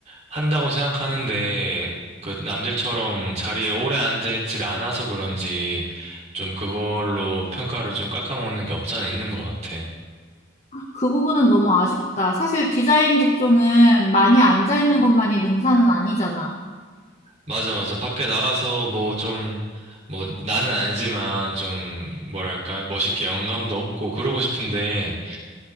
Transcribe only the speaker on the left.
그 부분은 너무 아쉽다. 사실 디자인 직종은 많이 앉아있는 것만이 능사는 아니잖아.